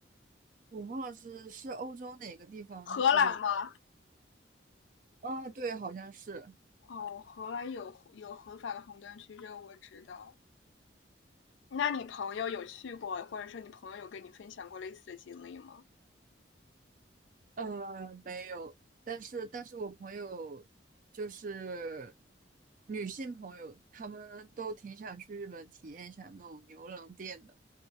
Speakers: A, on the right; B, on the left.
A: 我忘了是是欧洲哪个地方，
B: 荷兰吗？
A: 就是啊，对，好像是，
B: 哦，荷兰有有合法的红灯区，这个我知道。那你朋友有去过，或者说你朋友有跟你分享过类似的经历吗？
A: 呃，没有，但是但是我朋友就是女性朋友，她们都挺想去日本体验一下那种牛郎店的，